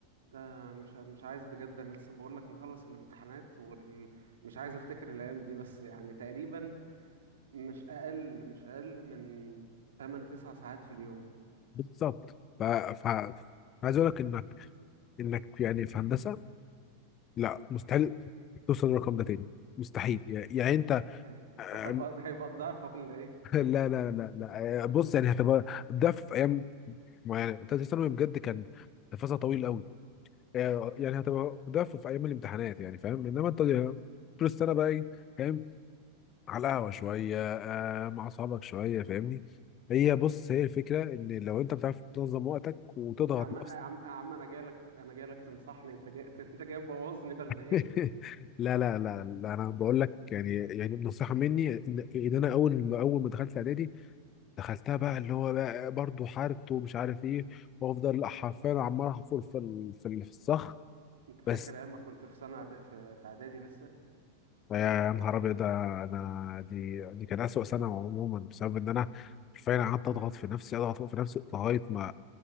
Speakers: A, on the right; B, on the left.
A: لا مش مش عايز بجد انا لسه بقول لك مخلص الامتحانات ومش عايز افتكر الايام دي بس يعني تقريبا مش اقل مش اقل من 8 9 ساعات في اليوم
B: بالظبط ف... ف... عايز اقول لك انك انك يعني في هندسة لا مستحيل توصل للرقم ده تاني مستحيل يعني يعني انت
A: يعني
B: آه،
A: هبقى <laughs> هيبقى الضعف ولا ايه
B: <laughs> لا لا لا لا آه، بص يعني هتبقى ده في ايام معينة ثالث ثانوي بجد كان فصل طويل قوي آه، يعني هتبقى ده في في ايام الامتحانات يعني فاهم انما انت طول السنه بقى ايه فاهم على القهوه شويه آه مع اصحابك شويه فاهمني هي بص هي الفكره ان لو انت بتعرف تنظم وقتك وتضغط
A: يا عم يا
B: نفسك
A: عم يا عم انا جاي لك انا جاي لك تنصحني انت جاي <laughs> انت جاي تبوظني ولا ايه
B: <laughs> لا لا لا لا انا بقول لك يعني يعني نصيحه مني ان إن انا اول ما اول ما دخلت اعدادي دخلتها بقى اللي هو بقى برضه حارت ومش عارف ايه وافضل حرفيا عمال احفر في ال- في ال- في الصخر
A: انت فاكر
B: بس
A: ايام ما كنت في سنه إعدا- في في اعدادي لسه
B: يا نهار ابيض ده انا دي دي كان اسوأ سنه عموما بسبب ان انا حرفيا قعدت اضغط في نفسي اضغط في نفسي لغايه ما